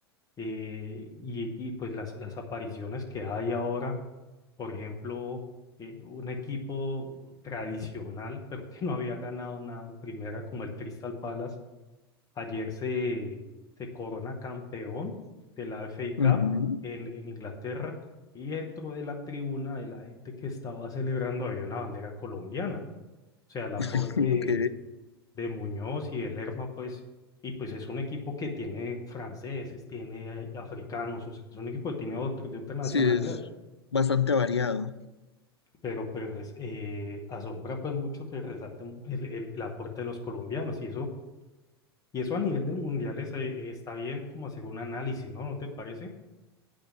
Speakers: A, on the left; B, on the left.
A: eh, y, y pues las, las apariciones que hay ahora, por ejemplo, eh, un equipo tradicional, pero que no había ganado nada en primera como el Crystal Palace Ayer se, se corona campeón de la FA
B: Ujú,
A: Cup en, en Inglaterra y dentro de la tribuna de la gente que estaba celebrando había una bandera colombiana. O sea, el aporte
B: <laughs>
A: de,
B: Ok,
A: de Muñoz y de Lerma, pues, y pues es un equipo que tiene franceses, tiene africanos, o sea, es un equipo que tiene otros de otra nacionalidad,
B: sí, es bastante variado.
A: pero pues eh, asombra pues mucho que resalten el, el el aporte de los colombianos y eso Y eso a nivel de mundiales eh, eh, está bien como hacer un análisis, ¿no? ¿No te parece?